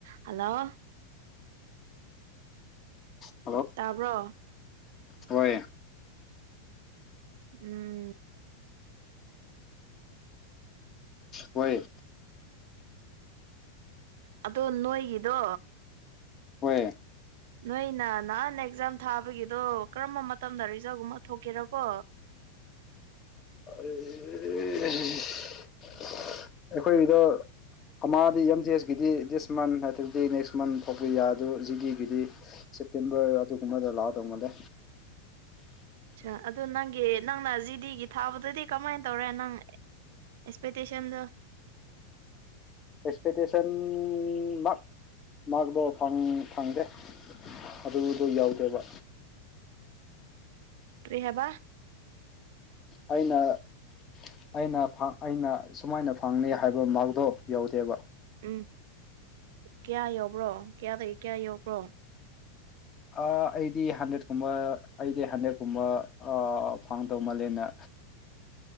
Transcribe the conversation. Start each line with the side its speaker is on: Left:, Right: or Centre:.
Right: ꯍꯜꯂꯣ
Left: ꯎꯝ
Right: ꯇꯥꯕ꯭ꯔꯣ
Left: ꯍꯣꯏ
Right: ꯎꯝ
Left: ꯍꯣꯏ
Right: ꯑꯗꯣ ꯅꯣꯏꯒꯤꯗꯣ
Left: ꯍꯣꯏ
Right: ꯅꯣꯏꯅ ꯅꯍꯥꯟ ꯑꯦꯛꯖꯥꯝ ꯊꯥꯕꯒꯤꯗꯣ ꯀꯔꯝꯕ ꯃꯇꯝꯗ ꯔꯤꯖꯜꯒꯨꯝꯕ ꯊꯣꯛꯀꯦꯔꯀꯣ
Left: ꯑꯦ ꯑꯩꯈꯣꯏꯗ ꯀꯗꯤ ꯑꯦꯝ ꯖꯤ ꯑꯦꯁꯀꯤꯗꯤ ꯗꯤꯁ ꯃꯟ ꯅꯠꯇ꯭ꯔꯗꯤ ꯅꯦꯛꯁ ꯃꯟ ꯐꯥꯎꯕ ꯌꯥꯗ ꯖꯤꯒꯤꯒꯤꯗꯤ ꯁꯦꯞꯇꯦꯝꯕꯔ ꯑꯗꯨꯒꯨꯝꯕꯗ ꯂꯥꯛꯑꯗꯧꯅꯂꯦ
Right: ꯑ ꯑꯗꯨꯗꯣ ꯅꯪꯒꯤ ꯅꯪꯅ ꯖꯤꯗꯤꯒꯤ ꯊꯥꯕꯗꯗꯤ ꯀꯃꯥꯏꯅ ꯇꯧꯔꯦ ꯅꯪ ꯑꯦꯛꯁꯄꯦꯛꯇꯦꯁꯟꯗꯣ
Left: ꯑꯦꯛꯁꯄꯦꯛꯇꯦꯁꯟ ꯃ ꯃꯥꯔꯛꯇꯣ ꯐꯪꯗꯦ ꯑꯗꯨꯗꯣ ꯌꯥꯎꯗꯦꯕ
Right: ꯀꯔꯤ ꯍꯥꯏꯕ
Left: ꯑꯩꯅ ꯑꯩꯅ ꯑꯩꯅ ꯁꯨꯃꯥꯏꯅ ꯐꯪꯅꯤ ꯍꯥꯏꯕ ꯃꯥꯔꯛꯇꯣ ꯌꯧꯗꯦꯕ
Right: ꯎꯝ ꯀꯌꯥ ꯌꯥꯕ꯭ꯔꯣ ꯀꯌꯥꯗꯒꯤ ꯀꯌꯥ ꯌꯥꯎꯧꯕ꯭ꯔꯣ
Left: ꯑꯩꯗꯤ ꯍꯟꯗ꯭ꯔꯦꯠꯀꯨꯝꯕ ꯑꯩꯗꯤ ꯍꯟꯗ꯭ꯔꯦꯠꯀꯨꯝꯕ ꯐꯪꯗꯧ ꯃꯥꯜꯂꯦꯅ